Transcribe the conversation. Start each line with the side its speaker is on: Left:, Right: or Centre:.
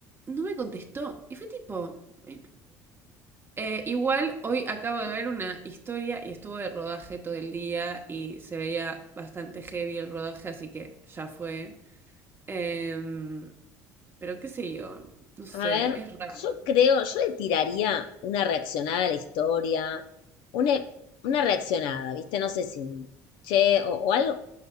Right: no me contestó. Y fue tipo. eh, eh, igual hoy acabo de ver una historia y estuvo de rodaje todo el día y se veía bastante heavy el rodaje, así que ya fue. Em, pero qué sé yo, no sé,
Left: A ver,
Right: es raro.
Left: yo creo, yo le tiraría una reaccionada a la historia, una, una reaccionada, ¿viste? No sé si un che o, o algo,